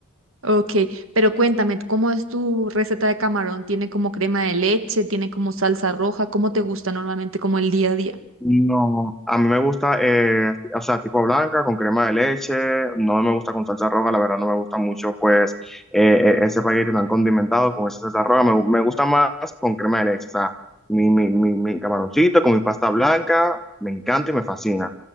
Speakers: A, on the right; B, in the centre.
A: Ok, pero cuéntame, ¿cómo es tu receta de camarón? ¿Tiene como crema de leche? ¿Tiene como salsa roja? ¿Cómo te gusta normalmente como el día a día?
B: No, a mí me gusta, eh, o sea, tipo blanca, con crema de leche, no me gusta con salsa roja, la verdad no me gusta mucho, pues, eh, eh, ese paquete tan condimentado con esa salsa roja, me, gu- me gusta más con crema de leche, o sea, mi, mi, mi, mi camaroncito con mi pasta blanca, me encanta y me fascina.